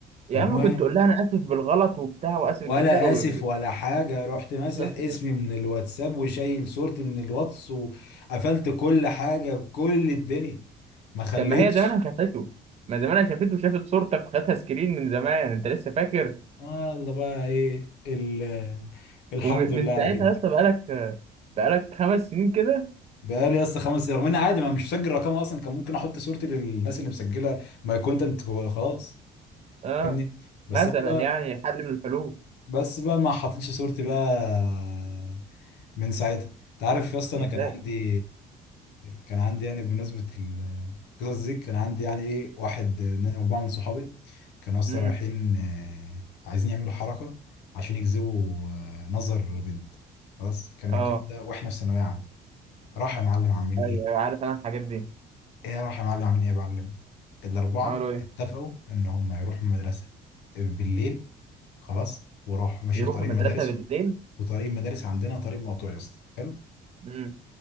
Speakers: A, on the right; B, on the left.
A: يا
B: فالمهم
A: عم كنت تقول لها انا اسف بالغلط وبتاع واسف
B: ولا
A: جدا و...
B: اسف ولا حاجه رحت ماسح
A: قلت
B: اسمي
A: كده.
B: من الواتساب وشايل صورتي من الواتس وقفلت كل حاجه بكل الدنيا ما خليتش
A: طب ما هي زمانها شافته ما زمانها شافته وشافت صورتك وخدتها سكرين من زمان انت لسه فاكر
B: آه الله بقى ايه ال- الحمد
A: ومن
B: لله
A: ساعتها
B: على كده
A: يا اسطى بقالك بقالك خمس سنين كده
B: بقالي يا اسطى خمس رغم ان عادي ما مش مسجل رقم اصلا كان ممكن احط صورتي للناس اللي مسجله ماي كونتنت خلاص
A: اه
B: فاهمني بس
A: مثلا
B: انا بقى
A: يعني حل من الحلول
B: بس بقى ما حطيتش صورتي بقى من ساعتها انت عارف يا اسطى
A: يا
B: انا كان
A: ساتر
B: عندي كان عندي يعني بمناسبه القصص دي كان عندي يعني ايه واحد انا وبعض من صحابي كانوا اصلا
A: امم
B: رايحين آه، عايزين يعملوا حركه عشان يجذبوا آه، نظر بنت خلاص كان
A: اه
B: الكلام ده واحنا في ثانويه عامه راح يا معلم عاملين
A: ايوه
B: ايه
A: ايوه عارف انا الحاجات دي
B: ايه راح يا معلم عاملين ايه يا معلم الاربعه
A: عملوا ايه؟
B: اتفقوا ان هم يروحوا المدرسه آه، بالليل خلاص وراحوا ماشي
A: يروحوا
B: في طريق
A: المدرسه
B: المدارس
A: بالليل
B: وطريق المدارس عندنا طريق مقطوع يا اسطى حلو
A: امم